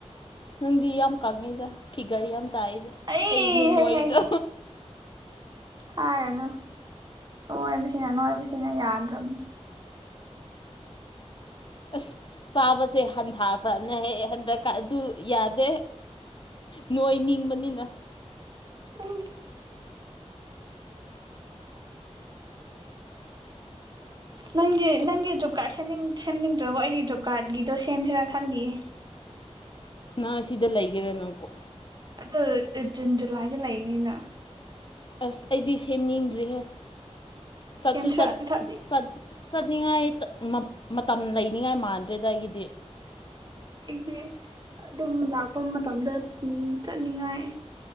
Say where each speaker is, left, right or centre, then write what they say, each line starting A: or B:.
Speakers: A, on the left; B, on the right.
A: ꯅꯪꯗꯤ ꯌꯥꯝ ꯀꯪꯉꯦꯗ ꯐꯤꯒꯔ ꯌꯥꯝ ꯇꯥꯏꯗ
B: ꯑꯩ
A: ꯑꯩꯅꯦ ꯅꯣꯏꯕꯗ
B: ꯍꯩ ꯍꯩ ꯍꯥꯏꯔꯅꯨ ꯅꯣꯏꯕꯁꯤꯅ ꯅꯣꯏꯕꯁꯤꯅ ꯌꯥꯗ꯭ꯔꯝꯅꯤ
A: ꯑꯁ ꯆꯥꯕꯁꯦ ꯍꯟꯊꯥꯈ꯭ꯔꯝꯅꯦ ꯍꯟꯗ ꯑꯗꯨ ꯌꯥꯗꯦ ꯅꯣꯏꯅꯤꯡꯕꯅꯤꯅ
B: <unintelligible>
A: <inaudible>
B: ꯅꯪꯗꯤ ꯅꯪꯒꯤ ꯖꯣꯕ ꯀꯥꯔꯗ ꯁꯦꯝꯅꯤꯡ ꯁꯦꯝꯅꯤꯡꯗ꯭ꯔꯕꯣ ꯑꯩꯗꯤ ꯖꯣꯕ ꯀꯥꯔꯗꯒꯤꯗꯣ ꯁꯦꯝꯁꯤꯔ ꯈꯜꯂꯤꯌꯦ
A: ꯅꯪ ꯑꯁꯤꯗ ꯂꯩꯒꯦꯔꯥ ꯅꯪꯀꯣ
B: ꯑꯗꯨ ꯎ ꯖꯨꯟ ꯖꯨꯂꯥꯏꯒꯤ ꯂꯩꯒꯅꯤꯅ
A: ꯑꯁ ꯑꯩꯗꯤ ꯁꯦꯝꯅꯤꯡꯗ꯭ꯔꯤꯍꯦ ꯆꯠꯁꯨ
B: ꯁꯦꯝꯁꯤꯔꯥꯅ
A: ꯆꯠ
B: ꯈꯜꯂꯤ
A: ꯆꯠ ꯆꯠꯅꯤꯡꯉꯥꯏ ꯇ ꯃꯠ ꯃꯇꯝ ꯂꯩꯅꯤꯡꯉꯥꯏ ꯃꯥꯟꯗ꯭ꯔꯦꯗ ꯑꯩꯒꯤꯗꯤ
B: ꯑꯩꯗꯤ ꯑꯗꯨꯝ ꯂꯥꯛꯄ ꯃꯇꯝꯗ ꯎꯝ ꯆꯠꯅꯤꯡꯉꯥꯏ